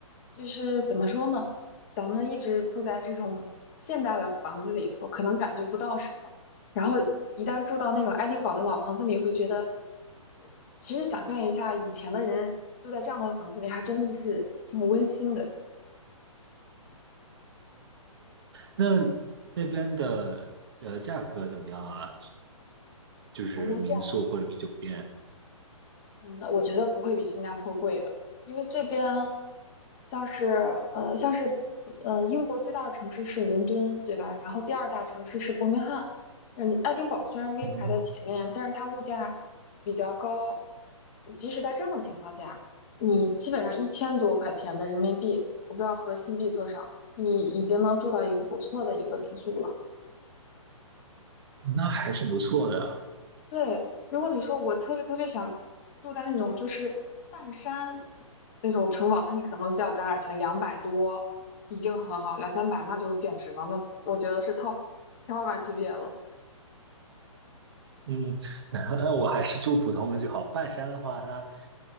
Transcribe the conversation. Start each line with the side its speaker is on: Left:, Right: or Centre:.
Left: 就是怎么说呢？咱们一直住在这种现代的房子里头，可能感觉不到什么。然后一旦住到那种爱丁堡的老房子里，会觉得，其实想象一下，以前的人住在这样的房子里，还真的是挺温馨的。
Right: 那那边的呃价格怎么样啊？就是民宿或者是酒店，
Left: 好，我嗯，我觉得不会比新加坡贵的，因为这边像是呃像是呃英国最大的城市是伦敦，对吧？然后第二大城市是伯明翰，嗯，爱丁堡虽然没排在前面，
Right: 嗯，
Left: 但是它物价比较高，即使在这样的情况下，你基本上一千多块钱的人民币，我不知道合新币多少，你已经能住到一个不错的一个民宿了。
Right: 那还是不错的啊。
Left: 对，如果你说我特别特别想住在那种就是半山那种城堡，那你可能就要攒点钱，两百多已经很好，两三百那就简直了，那我觉得是 top 天花板级别了。
Right: 嗯，<laughs> 那我还是住普通的就好。半山的话，它